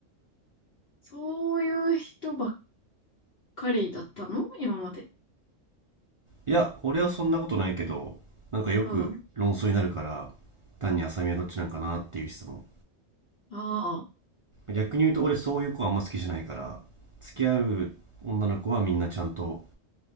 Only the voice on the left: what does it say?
そういう人ばっかりだったの今まで。
うん。あ
あ。